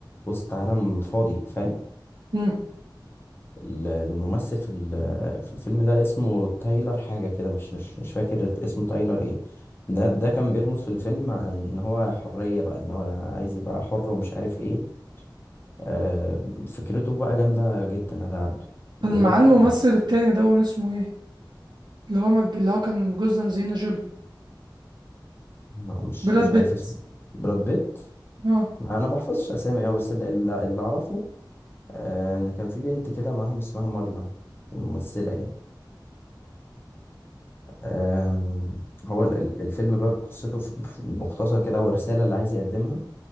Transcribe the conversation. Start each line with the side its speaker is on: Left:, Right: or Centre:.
Left: وسط عالم فاضي فاهم
Right: مم.
Left: ال- الممثل في ال- في الفيلم ده اسمه تايلر حاجة كده مش مش مش فاكر اسمه تايلر ايه ده ده كان بيرمز في الفيلم عن ان هو حرية بقى ان هو عايز يبقى حر ومش عارف ايه آه، فكرته بقى جامدة جدا ده عبده بيقولك
Right: كان مع الممثل
Left: ايه
Right: التاني دون اسمه ايه؟ اللي هو مج... اللي هو كان جوز انجلينا جولي
Left: ما- مش
Right: براد
Left: مش
Right: بيت
Left: عارف اسمه براد بيت
Right: اه
Left: ما انا بحفظش اسامي اوي بس اللي, اللي اعرفه آه، ان كان في بنت كده معاهم اسمها مارلا الممثلة يعني أم، هو ال- ال- الفيلم بقى بقصته في- في مختصر كده او الرسالة اللي عايز يقدمها